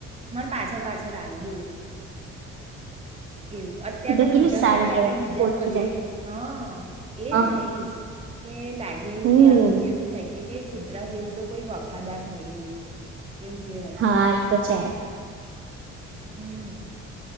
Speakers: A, on the right; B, on the right.
A: મારા પાછળ-પાછળ આવે બોલો એવું. અત ત્યારે
B: એ
A: તો
B: કેટલું
A: મોટા
B: સારું
A: થઈ ગયા
B: કેવાય
A: એટલે બીજા
B: ઓળખી
A: ફરિયા,
B: જાય
A: હા એજ
B: હ
A: ને એજ. કે લાગે એવું
B: હમ
A: કે આમ એવું થાય કે કાંઈ કૂતરા જેવું તો કોઈ વફાદાર ન‌ઈ એવું. એવું કહેવાય
B: હા ઈતો છે.
A: હમ્મ.